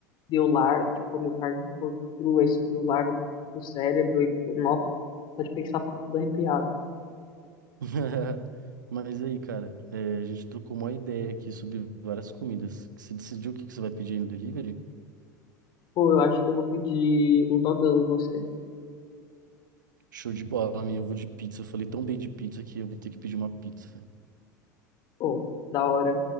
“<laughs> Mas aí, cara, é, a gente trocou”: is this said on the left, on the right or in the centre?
Right